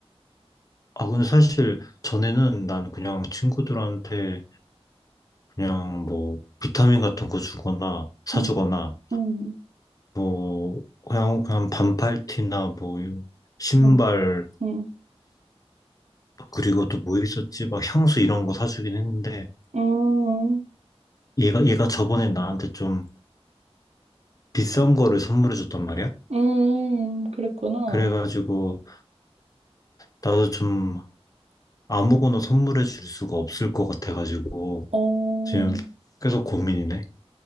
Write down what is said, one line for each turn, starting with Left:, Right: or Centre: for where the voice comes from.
Left: 아, 근데 사실 전에는 난 그냥 친구들한테 그냥 뭐 비타민 같은 거 주거나 사주거나
Right: 응, 응,
Left: 뭐 그냥 그냥 반팔티나 뭐 신발
Right: 응, 응,
Left: 그리고 또 뭐 있었지? 막 향수 이런 거 사주긴 했는데
Right: 응,
Left: 얘가 얘가 저번에 나한테 좀 비싼 거를 선물해 줬단 말이야.
Right: 응, 그랬구나.
Left: 그래가지고 나도 좀 아무거나 선물해 줄 수가 없을 것 같아가지고
Right: 어,
Left: 지금 계속 고민이네.